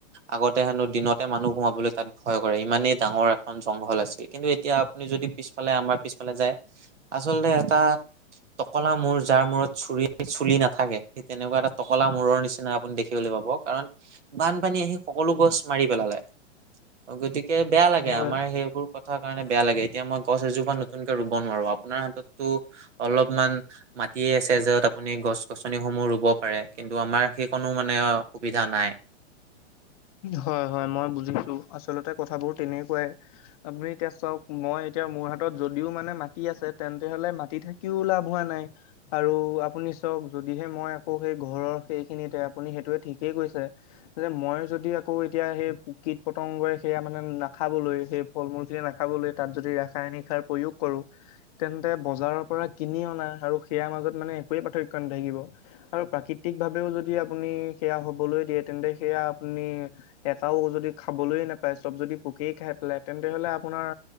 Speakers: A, on the right; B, on the left.
A: আগতে হেনো দিনতে মানুহ সোমাবলৈ তাত ভয় কৰে, ইমানেই ডাঙৰ এখন জংঘল আছিল। কিন্তু এতিয়া আপুনি যদি পিছফালে আমাৰ পিছফালে যায়। আচলতে এটা টকলা মূৰ যাৰ মূৰত চুৰি চুলি নাথাকে, সেই তেনেকুৱা এটা টকলা মূৰৰ নিচিনা আপুনি দেখি <unintelligible> কাৰণ, বানপানী আহি সকলো গছ মাৰি পেলালে। অ' গতিকে বেয়া লাগে,
B: হয়,
A: আমাৰ সেইবোৰ কথা কাৰণে বেয়া লাগে, এতিয়া মই গছ এজোপা নতুনকে ৰুব নোৱাৰো। আপোনাৰ হাততটো অলপমান মাটিয়ে আছে, য'ত আপুনি গছ-গছনিসমূহ ৰুব পাৰে, কিন্তু আমাৰ সেইকনো মানে আও সুবিধা নাই।
B: হয় হয় মই বুজি পালোঁ, আচলতে কথাবোৰ তেনেকুৱাই। আপুনি এতিয়া চাওক মই এতিয়া মোৰ হাতত যদিও মানে মাটি আছে তেন্তে হলে মাটি <unintelligible> তেওঁ লাভ হোৱা নাই। আৰু আপুনি চাওক, যদিহে মই আকৌ' সেই ঘৰৰ সেইখিনিতে আপুনি সেইটোয়ে ঠিক। কে কৈছে। যে মই যদি আকৌ এতিয়া সেই কীট-পতংগই সেয়া মানে নাখাবলৈ। সেই- ফল-মূল খিনি নাখাবলৈ তাত যদি ৰাসায়নিক সাৰ প্ৰয়োগ কৰো। তেন্তে বজাৰৰ পৰা কিনি অনা আৰু সেয়াৰ মাজত মানে একোৱে পাৰ্থক্য নাথাকিব। আৰু প্ৰাকৃতিক ভাৱেও যদি আপুনি সেয়া হবলৈ দিয়ে তেন্তে সেয়া আপুনি এটাও যদি খাবলৈ নেপায়, চব যদি পোকেই খাই পেলাই। তেন্তে হলে আপোনাৰ